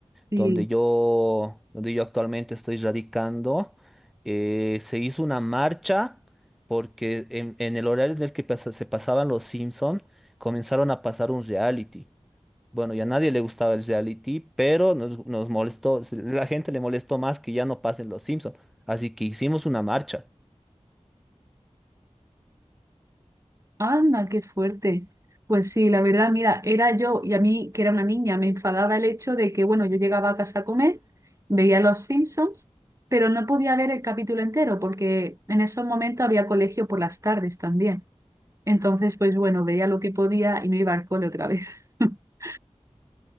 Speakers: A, on the right; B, in the centre.
A: Sí.
B: donde yo, donde yo actualmente estoy radicando, eh, se hizo una marcha porque en, en el horario en el que pas- se pasaban los Simpsons, comenzaron a pasar un reality. Bueno, ya a nadie le gustaba el reality, pero nos, nos molestó, la gente le molestó más que ya no pasen los Simpsons. Así que hicimos una marcha.
A: Anda, qué fuerte. Pues sí, la verdad, mira, era yo y a mí, que era una niña, me enfadaba el hecho de que, bueno, yo llegaba a casa a comer, veía Los Simpsons, pero no podía ver el capítulo entero porque en esos momentos había colegio por las tardes también. Entonces, pues bueno, veía lo que podía y me iba al cole otra vez. <laughs>